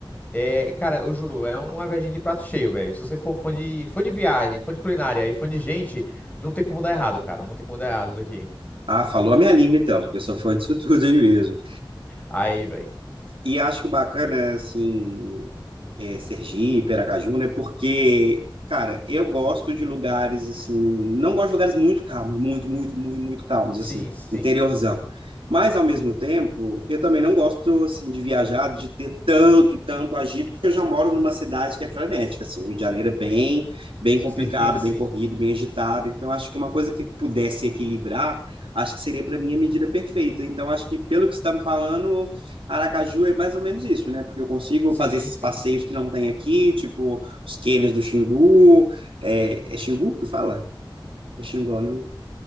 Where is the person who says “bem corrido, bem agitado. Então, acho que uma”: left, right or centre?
Right